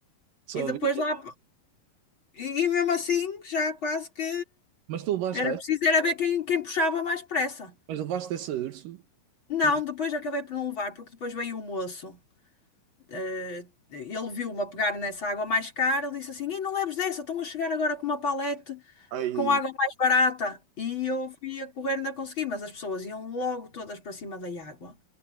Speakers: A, on the right (about 75°); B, on the left (about 35°).
A: Só
B: E depois
A: vi.
B: lá, e, e mesmo assim, já quase que
A: Mas tu levaste,
B: era
A: essa?
B: preciso era ver quem, quem puxava mais pressa.
A: mas levaste essa urso.
B: Não,
A: Urso.
B: depois acabei por não levar, porque depois veio o moço. eh, ele viu-me a pegar nessa água mais cara, ele disse assim: Ei, não leves dessa, estão a chegar agora com uma palete.
A: Aí,
B: com água mais barata. E eu fui a correr, ainda consegui, mas as pessoas iam logo todas para cima da água.